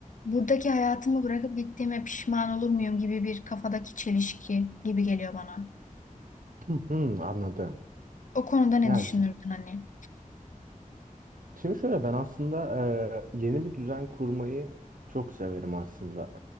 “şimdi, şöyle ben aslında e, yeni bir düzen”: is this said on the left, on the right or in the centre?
Right